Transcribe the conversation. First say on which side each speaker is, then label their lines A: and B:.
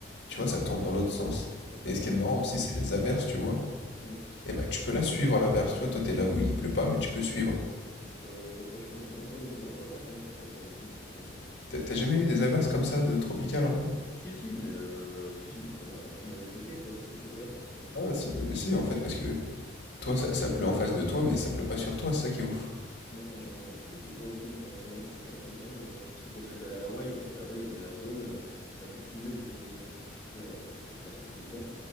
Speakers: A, on the left; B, on the left.
A: Tu vois,
B: J'ai
A: ça
B: Jamais
A: tourne
B: fait.
A: dans l'autre sens.
B: Ah, peut-être
A: Et ce qui est marrant aussi, c'est les averses, tu vois.
B: ça.
A: Et bah tu peux la suivre à l'averse, tu vois, toi t'es là où il pleut pas, mais tu peux suivre.
B: Non, je, je savais pas, je t'avoue, j'ai jamais fait, j'ai jamais fait attention sur ça pour le coup, je vais pas te mentir.
A: T'as t'as jamais eu des averses comme ça de tropicales un peu?
B: Si, si, mais, euh, si, si, mais ça n'a rien qui m'avait choqué, quoi, c'est des averses. hein.
A: Ah si, bah, si, en fait, parce que toi, ça, ça pleut en face de toi, mais ça pleut pas sur toi, c'est ça qui est ouf.
B: Enfin, je me rappelle plus du tout pour le coup, pour être honnête, c'est vrai que là, je- Parce que quand j'étais allé à la Hawaï, en fait, à Hawaï, il y a la zone euh, la plus pluvieuse des États-Unis, c'est-à-dire qu'il pleut, hein, il pleut presque tout le temps.